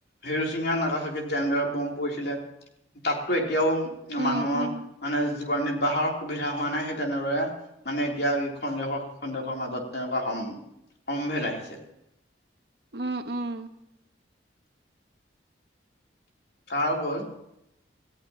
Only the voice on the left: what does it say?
হিৰোচিমা, নাগাচাকীত যেনেদৰে ব'ম পৰিছিলে, তাততো এতিয়াও
মানুহৰ
মানে জীৱন নিৰ্বাহৰ সুবিধা হোৱা নাই সেই তেনেদৰে মানে এতিয়া এইখন দেশৰ সিখন দেশৰ মাজত তেনেকুৱা সম-সম্ভেদ আহিছে।
তাৰোপৰি